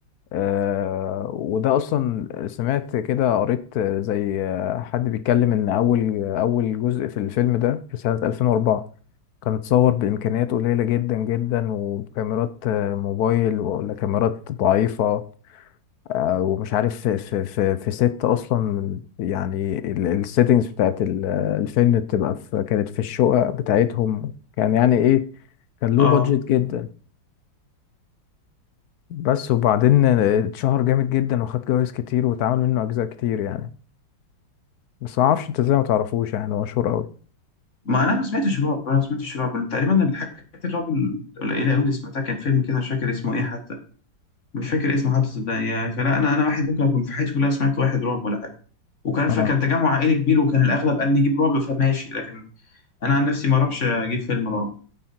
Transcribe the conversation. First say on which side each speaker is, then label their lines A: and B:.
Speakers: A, on the left; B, on the left.
A: آه، وده اصلا سمعت كده قريت آه، زي آه، حد بيتكلم ان اول اول جزء في الفيلم ده في سنة 2004 كان اتصور بامكانيات قليلة جدا جدا وكاميرات آه، موبايل ولا كاميرات ضعيفة آه، ومش عارف في في في, في ست اصلا من- يعني السيتنجز بتاعت ال- آه، الفيلم بتبقى في كانت في الشقق بتاعتهم كان يعني ايه كان له
B: اه
A: بادجت جدا بس وبعدين اتشهر جامد جدا وخد جوايز كتير واتعمل منه اجزاء كتير يعني بس ما اعرفش انت ازاي ما تعرفوش يعني هو مشهور قوي
B: ما انا ما سمعتش رعب انا ما سمعتش رعب أنا تقريبا الحاجات الرعب القليله قوي اللي سمعتها كان فيلم كده مش فاكر اسمه ايه حتى مش فاكر اسمه حتى صدقني يعني فلا انا انا واحد ممكن اكون في حياتي كلها سمعت واحد رعب ولا حاجه وكان فكان
A: اه
B: تجمع عائلي كبير وكان الاغلب قال نجيب رعب فماشي لكن انا عن نفسي ما اروحش اجيب فيلم رعب